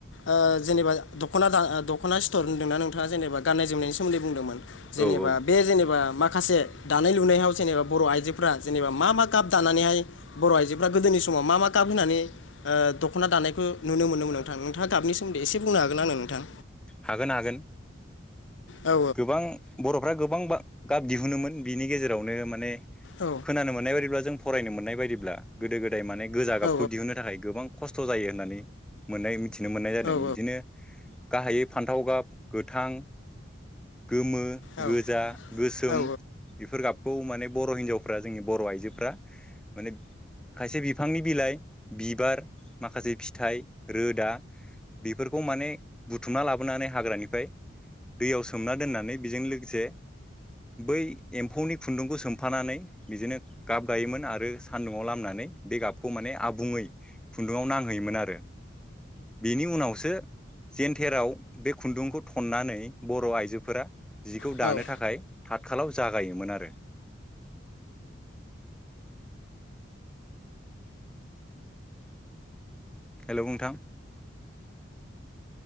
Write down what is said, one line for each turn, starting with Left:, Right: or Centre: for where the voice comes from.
Left: ओजेनेबा दख'ना दा-दख'ना स्थर होन्दोंना नोंथाङा जेनेबा गाननाय जोमनायनि सोमोन्दै बुंदोंमोन, जेनेबा
Centre: औ औ
Left: बे जेनेबा बा माखासे दानाय लुनायाव जेनेबा बर' आइजोफोरा जेनेबा मा मा गाब दानानैहाय बर' आइजोफ्रा गोदोनि समाव मा मा गाब ओ होनानै दख'ना दानायखौ नुनो मोनोमोन नोंथां नोंथाङा गाबनि सोमोन्दै एसे बुंनो हागोन आंनो, नोंथां
Centre: हागोन-हागोन
Left: औ
Centre: गोबां बर'फ्रा गोबां गाब दिहुनोमोन बिनि गेजेरावनो माने
Left: औ
Centre: खोनानो मोननाय बायदिब्ला जों, फरायनो मोननाय बायदिब्ला गोदो गोदाय माने गोजा गाबखौ
Left: औ
Centre: दिहुननो थाखाय गोबां, खस्थ' जायो होननानै मोननाय मिथिनो मोननाय जादों
Left: औ
Centre: बिदिनो, गाहायै फान्थाव गाब गोथां गोमो,
Left: औ
Centre: गोजा, गोसोम
Left: औ औ
Centre: बेफोर गाबखौ माने बर' हिनजावफ्रा जोंनि बर' आइजोफ्रा माने खायसे बिफांनि बिलाइ, बिबार माखासे फिथाइ रोदा बेफोरखौ माने, बुथुमना लाबोनानै हाग्रानिफ्राय दैयाव सोमना दोननानै बेजों लोगोसे, बै एम्फौनि खुन्दुंखौ सोमफानानै बिदिनो, गाब गायोमोन आरो सान्दुङाव लामनानै बे गाबखौ माने आबुङै खुन्दुङाव नां होयोमोन आरो बिनि उनावसो जेनथेराव बे खुन्दुंखौ थ'ननानै बर' आइजोफोरा जिखौ
Left: औ
Centre: दानो थाखाय, हातखालाव जागायोमोन आरो हेलौ नोंथां